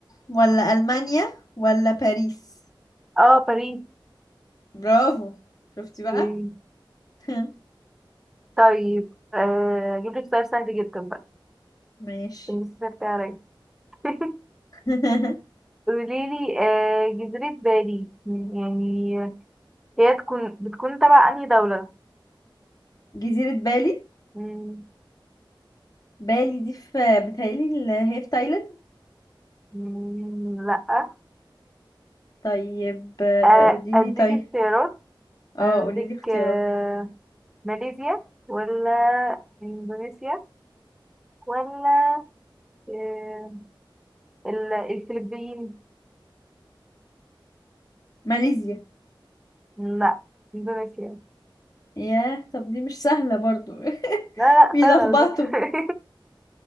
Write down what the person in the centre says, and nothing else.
اه باريس
اوكي.
طيب آه اجيب لك سؤال سهل جدا بقى
عشان بس سهلت عليا <laughs>
قوليلي آه جزيرة بالي يعني هي تكون بتكون تبع أنهي دولة
مم.
مم. لأ
آه،
أديك
اختيارات
عندك
آه، ماليزيا ولا إندونيسيا ولا آه، ال- الفلبين
لأ إندونيسيا
لا لا
سهلة على فكرة